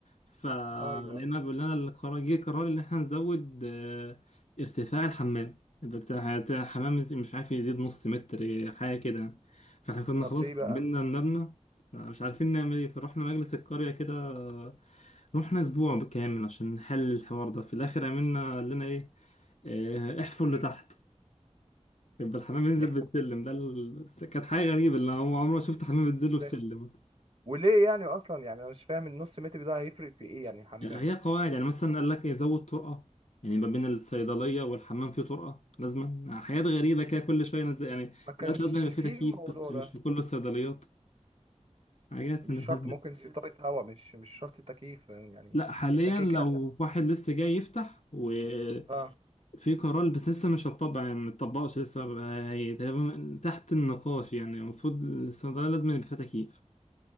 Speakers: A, on the left; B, on the right.
A: فلقينا
B: ايوه ايوه
A: بيقول لنا القرار جه قرار ان احنا نزود آه، ارتفاع الحمام بتاع بتاع الحمام يزيد- مش عارف يزيد نص متر آه، حاجه كده يعني فاحنا كنا
B: طب
A: خلاص
B: ليه بقى
A: عملنا المبنى مش عارفين نعمل ايه فروحنا مجلس القريه كده آه، رحنا اسبوع كامل عشان نحل الحوار ده في الاخر عملنا قال لنا ايه آه، احفر
B: مم.
A: لتحت يبقى الحمام ينزل
B: يحفر
A: بالسلم ده ال... كانت حاجة غريبة اللي هو عمره ما شفت
B: ازاي
A: حمام بينزل له بالسلم
B: إزاي؟
A: مثلا
B: وليه يعني اصلا يعني انا مش فاهم النص متر ده هيفرق في ايه يعني الحمام
A: يعني هي قواعد يعني مثلا قال لك يزود طرقة يعني ما بين الصيدلية والحمام في طرقة لازما حاجات غريبة كده كل شوية نزل يعني
B: ما كانش
A: دلوقتي لازم يبقى
B: فيه
A: في تكييف
B: الموضوع
A: بس مش
B: ده
A: في كل الصيدليات حاجات
B: مش
A: من الهبل
B: شرط ممكن
A: ده.
B: سيطرة هواء مش مش شرط تكييف يعني
A: لا حاليا
B: انت كده
A: لو
B: كده
A: واحد لسه جاي يفتح وفي
B: اه
A: قرار بس لسه مش هتطبق يعني متطبقش لسه بقى- هي تقريبا تحت النقاش يعني المفروض الصيدلية لازم يبقى فيها تكييف